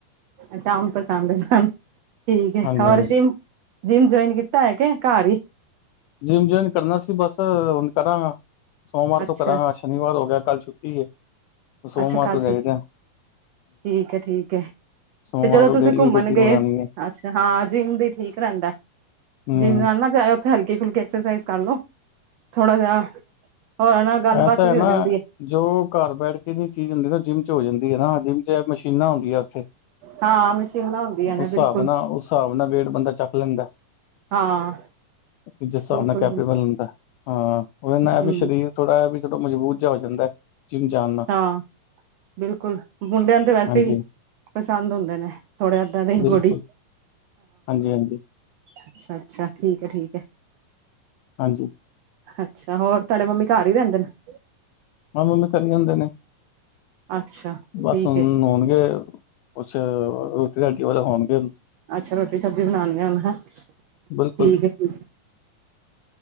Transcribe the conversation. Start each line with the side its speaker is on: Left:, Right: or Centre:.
Right: ਅੱਛਾ, ਅੰਬ ਪਸੰਦ ਆ। ਠੀਕ ਆ
Left: ਹਾਂਜੀ
Right: ਹੋਰ
Left: ਹਾਂਜੀ
Right: ਜਿੰਮ, ਜਿੰਮ ਜੁਆਇਨ <unintelligible> ਕਿ ਘਰ ਹੀ
Left: ਜਿੰਮ ਜੁਇਨ ਕਰਨਾ ਸੀ ਬਸ, ਹੁਨ ਕਰਾਂਗਾ ਸੋਮਵਾਰ
Right: ਅੱਛਾ
Left: ਤੋਂ ਕਰਾਂਗਾ ਸ਼ਨੀ ਸ਼ਨੀਵਾਰ ਹੋ ਗਿਆ, ਕੱਲ ਛੁੱਟੀ ਹੈ। ਸੋਮਵਾਰ
Right: ਅੱਛਾ ਕੱਲ
Left: ਤੋਂ ਜਾਈਦੇ
Right: ਛੁੱਟੀ ਠੀਕ ਏ, ਠੀਕ ਏ
Left: ਸੋਮਵਾਰ
Right: ਜਦੋਂ
Left: ਤੋਂ
Right: ਤੁਸੀਂ
Left: ਡੇਲੀ
Right: ਘੁੰਮਣ
Left: ਰੂਟੀਨ
Right: ਗਏ
Left: ਬਣਾਉਣੀ
Right: ਸੀ।
Left: ਹੈ
Right: ਅੱਛਾ, ਹਾਂ, ਜਿੰਮ ਵੀ ਠੀਕ ਰਹਿੰਦਾ।
Left: ਹਮ
Right: ਜਿਮ ਨਾ, ਨਾ ਜਾਇਉ। ਉੱਥੇ ਹਲਕੀ ਫੁਲਕੀ ਐਕਸਸਾਈਜ਼ ਕਰਲੋ ਥੋੜਾ ਜਿਹਾ ਹੋਰਾਂ ਨਾਲ ਗੱਲਬਾਤ
Left: ਐਸਾ
Right: ਵੀ
Left: ਹੈ ਨਾ
Right: ਹੋ ਜਾਂਦੀ
Left: ਜੋ ਘਰ ਬੈਠ ਕੇ ਨੀ ਚੀਜ਼ ਚ ਹੁੰਦੀ ਨਾ ਜਿੰਮ ਚ ਹੋ ਜਾਂਦੀ ਹੈ ਨਾ ਜਿੰਮ ਚ ਮਸੀ ਪੀਨਾ ਹੁੰਦੀਆਂ ਸੀ।
Right: ਹਾਂ ਮਸ਼ੀਨਾਂ ਹੁੰਦੀਆਂ
Left: ਉਸ
Right: ਨੇ
Left: ਹਿਸਾਬ
Right: ਬਿਲਕੁਲ
Left: ਨਾਲ, ਉਸ ਹਿਸਾਬ ਨਾਲ ਵੇਟ ਬੰਦਾ ਚੱਕ ਲੈਂਦਾ।
Right: ਹਾਂ
Left: ਜਿਸ ਹਿਸਾਬ
Right: ਬਿਲਕੁਲ
Left: ਨਾਲ ਕੈਪੀਬਲ
Right: ਬਿਲਕੁਲ
Left: ਹੁੰਦਾ ਅ--ਇਨ੍ਹਾਂ ਏ
Right: ਹਮ
Left: ਵੀ ਸਰੀਰ ਥੋੜਾ ਜਾ ਵੀ ਜਦੋਂ ਮਜਬੂਤ ਚ ਆ ਜਾਂਦਾ। ਜਿਮ ਜਾਨੂ
Right: ਹਾਂ ਬਿਲਕੁਲ, ਮੁੰਡਿਆਂ ਨੂੰ ਵੈਸੇ
Left: ਹਾਂਜੀ
Right: ਹੀ ਪਸੰਦ ਹੁੰਦੇ ਨੇ ਥੋੜੇ ਇੰਦਾਂ ਦੀ
Left: ਬਿਲਕੁਲ
Right: ਬੋਡੀ
Left: ਹਾਂਜੀ, ਹਾਂਜੀ
Right: ਅੱਛਾ-ਅੱਛਾ। ਠੀਕ ਹੈ, ਠੀਕ ਹੈ
Left: ਹਾਂਜੀ
Right: ਅੱਛਾ--ਹੋਰ ਤਾਡੇ ਮੰਮੀ ਘਰ ਹੀ ਰਹਿੰਦੇ ਨੇ।
Left: ਮ--ਮੰਮੀ ਘਰੇ ਹੁੰਦੇ ਨੇ
Right: ਅੱਛਾ
Left: ਬਸ,
Right: ਠੀਕ
Left: ਹੁਨ
Right: ਹੈ
Left: ਨੋਣਗੇ। ਕੁਛ ਰੋਟੀ- ਰਾਟੀ ਵਾਲੇ ਹੋਣਗੇ। ਹੁਣ।
Right: ਅੱਛਾ, ਰੋਟੀ ਸਬਜ਼ੀ ਬਣਾਨ ਰਹੀ ਆ ਹੈ।
Left: ਬਿਲਕੁਲ
Right: ਠੀਕ ਆ <inaudible>